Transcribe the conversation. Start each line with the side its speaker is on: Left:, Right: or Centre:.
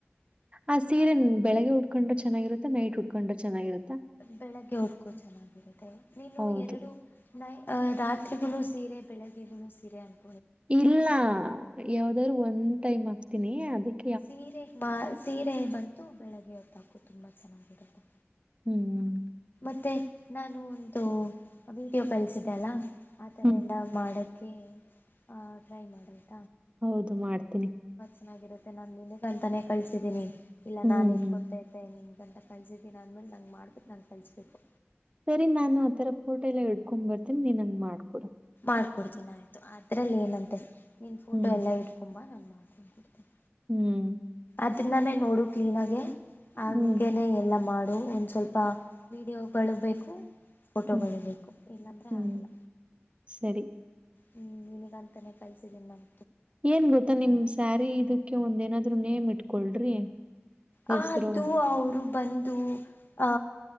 Right: ಆ ಸೀರೆ ಬೆಳಗ್ಗೆ ಉಟ್ಕೊಂಡ್ರೆ ಚೆನ್ನಾಗಿರುತ್ತ ನೈಟ್ ಉಟ್ಕೊಂಡ್ರೆ ಚೆನ್ನಾಗಿರುತ್ತ
Left: ಬೆಳಗ್ಗೆ ಉಟ್ಕೋ ಚೆನ್ನಾಗಿರುತ್ತೆ ನೀನು
Right: ಹೌದು.
Left: ಎರಡು <unintelligible> ರಾತ್ರಿಗೂನು ಸೀರೆ ಬೆಳಗ್ಗೆಗೂನು ಸೀರೆ ಅಂತ
Right: ಇಲ್ಲ ಯಾವ್ದಾದ್ರು ಒಂದ್ ಟೈಮ್ ಆಗ್ ತಿನಿ ಅದಕ್
Left: ಸೀರೆ ಬಾ ಸೀರೆ ಸೀರೆ ಬಂದು ಬೆಳಗ್ಗೆ ಹೊತ್ತ್ ಹಾಕ್ಕೋ ತುಂಬಾ ಚೆನ್ನಾಗಿರುತ್ತೆ.
Right: ಹ್ಮ್
Left: ಮತ್ತೆ ನಾನು ಒಂದು ವೀಡಿಯೋ ಕಳ್ಸಿದೆ ಅಲ್ಲ ಆಥರ
Right: ಹ್ಮ್.
Left: ಎಲ್ಲ ಮಾಡಕೆ ಕೆ ಆ ಟ್ರೈ ಮಾಡೋದು
Right: ಹೌದು ಮಾಡ್ತೀನಿ
Left: ಚೆನ್ನಾಗಿರುತ್ತೆ ನಾನು ನಿನಿಗ್ ಅಂತಾನೇ ಕಳ್ಸಿದ್ದೀನಿ ಇಲ್ಲ
Right: ಹ್ಮ್,
Left: ನಾನ್ ಇಟ್ಕೊಂತಾ
Right: ಹ್ಮ್.
Left: ಇದ್ದೆ ದಂಟ ಕಳ್ಸಿದ್ದೀನ್ ಅಂದ್ಮೇಲೆ ನಂಗ್ ಮಾಡ್ಬಿಟ್ ನಂಗ್ ಕಳ್ಸ್ ಬೇಕು
Right: ಸರಿ ನಾನು ಆತರ ಫೋಟೋ ಎಲ್ಲ ಇಡ್ಕೊಂಡ್ ಬರ್ತೀನಿ ನೀನ್ ನಂಗ್ ಮಾಡ್ಕೊಡು
Left: ಮಾಡ್ಕೊಡ್ತೀನ್ ಆಯ್ತು ಅದ್ರಲ್ಲೇನಂತೆ ನೀನ್ ಫೋಟೋ
Right: ಹ್ಮ್.
Left: ಎಲ್ಲ ಹಿಡ್ಕೋಮ್ ಬಾ ನಾನ್ ತಂದ್ ಕೊಡ್ತೀನಿ
Right: ಹ್ಮ್
Left: ಅದನ್ನಾನೇ ನೋಡು ಕ್ಲೀನಾಗೆ ಹಂಗೇನೆ
Right: ಹ್ಮ್.
Left: ಎಲ್ಲ ಮಾಡ್ ಒಂದ್ ಸ್ವಲ್ಪ ವಿಡಿಯೋಗಳು ಬೇಕು ಫೋಟೋಗಳು
Right: ಹ್ಮ್.
Left: ಬೇಕು ಇಲ್ಲಾಂದ್ರೆ
Right: ಹ್ಮ್.
Left: ಆಗಲ್ಲ
Right: ಸರಿ
Left: ಹ್ಮ್ ನಿನಿಗಂತ್ ತನೇ ಕಳ್ಸಿದ್ದೀನಿ ನಮ್
Right: ಏನ್ ಗೊತ್ತಾ ನಿಮ್ ಸ್ಯಾರಿ ಇದಕ್ಕೆ ಒಂದೇನನ್ ದ್ರೂ ನೇಮ್ ಇಟ್ಕೊಳ್ರಿ ಹೆಸ್ರು.
Left: ಅ ಅದು ಅವರು ಬಂದು ಆ